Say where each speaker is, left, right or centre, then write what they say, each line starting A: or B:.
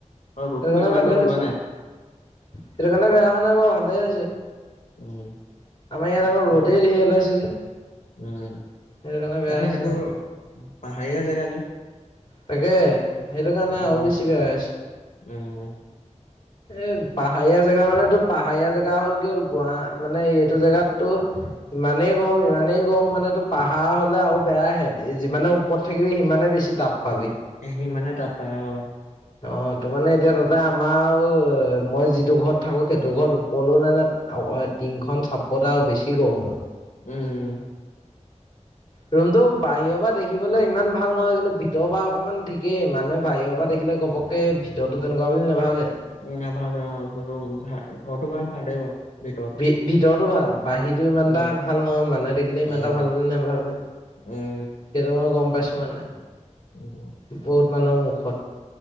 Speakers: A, on the left; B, on the left.
A: আৰু ৰ'দটো
B: সেইটো কাৰণে
A: ইমান
B: ভালে
A: ওলোৱা
B: হৈছে
A: নাই
B: সেইটো কাৰণে বেয়া হোৱা নাই বাৰু ভালে আছে
A: উম,
B: আমাৰ ইয়াত আকৌ
A: এতিয়া
B: ৰদেই ওলাইছে যে।
A: উম
B: সেইটো কাৰণে বেয়া
A: তানে
B: হৈছে
A: সেইটো
B: আৰু
A: পাহাৰীয়া জেগা যে।
B: তাকে সেইটো কাৰণে
A: উম,
B: আৰু বেছি বেয়া আছে
A: উম।
B: এ পাহাৰীয়া জেগা মানটো পাহাৰীয়া জেগা হ'ল কি হ'ল গুৱ মানে এইটো জেগাতটো ইমানেই গৰম ইমানেই গৰম মানে টো পাহাৰ হলে আৰু বেয়া হে যিমানে ওপৰত থাকিবি ইমানে বেছি তাপ পাবি
A: এ সিমানে তাপ পায় আহ
B: অ তো মানে এতিয়া তাতে আমাৰ মই যিটো ঘৰত থাকো সেইটো ঘৰত ওপলো নাই নে অ টিংখন চাপতে বেছি গৰম হয়
A: উম
B: ৰুমতটো বাহিৰৰ পৰা দেখিবলৈ ইমান ভাল নহয় কিন্তু ভিতৰৰ পৰা অকনমান ঠিকেই মানে বাহিৰৰ
A: উম,
B: পৰা দেখিলে ঘপককে ভিতৰতো তেনেকুৱা বুলি নাভাবে
A: নাভাবে অ ঘৰটো ভাল ভালেই বাৰু ভিতৰতো
B: ভি ভিতৰতো ভাল। বাহিৰতটো ইমান
A: উম,
B: এটা ভাল নহয় মানুহে দেখিলে
A: উম,
B: ইমান এটা ভাল বুলি নাভাবে
A: উম,
B: সেইটো মই গম পাইছো মানে।
A: উম উম,
B: বহুত মানুহৰ মুখত,